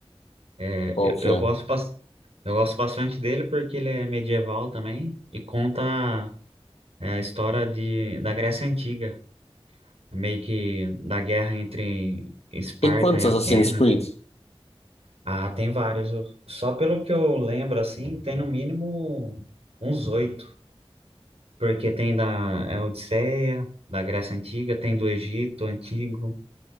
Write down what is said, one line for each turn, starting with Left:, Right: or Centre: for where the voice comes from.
Right: É,
Left: Qual
Right: eu,
Left: que
Right: eu
Left: é?
Right: gosto, bas- eu gosto bastante dele porque ele é medieval também e conta é, a história de, da Grécia Antiga, meio que da guerra entre Esparta
Left: Tem quantos
Right: e
Left: Assassin's
Right: Atenas.
Left: Creed?
Right: Ah, tem vários. Eu- Só pelo que eu lembro, assim, tem no mínimo uns oito. Porque tem da é Odisseia, da Grécia Antiga, tem do Egito Antigo,